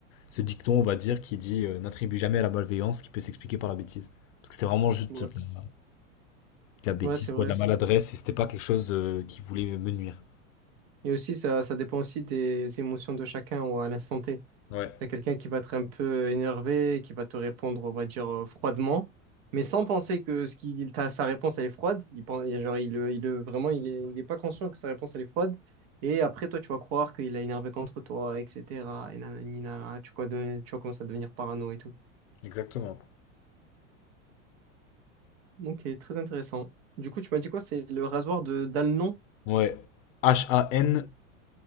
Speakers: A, on the left; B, on the right.
A: ce dicton, on va dire, qui dit euh, n'attribue jamais à la malveillance qui peut s'expliquer par la bêtise. Parce que c'était vraiment juste
B: Ouais,
A: de la, de la bêtise,
B: ouais, c'est
A: quoi,
B: vrai.
A: de la maladresse, et c'était pas quelque chose euh, qui voulait me nuire.
B: Et aussi, ça, ça dépend aussi des émotions de chacun ou à l'instant T.
A: Ouais,
B: T'as quelqu'un qui va être un peu énervé, qui va te répondre, on va dire, euh, froidement, mais sans penser que ce qu'il t'a, sa réponse, elle est froide. Il pense, il- genre, il, le- il, le- vraiment, il est, il est pas conscient que sa réponse, elle est froide. Et après, toi, tu vas croire qu'il a énervé contre toi, etc. Et nanani, nanana. tu vas, de- tu vas commencer à devenir parano et tout.
A: exactement.
B: Ok, très intéressant. Du coup, tu m'as dit quoi? C'est le rasoir de d'Alnon?
A: Ouais. H-A-N-L-O-N.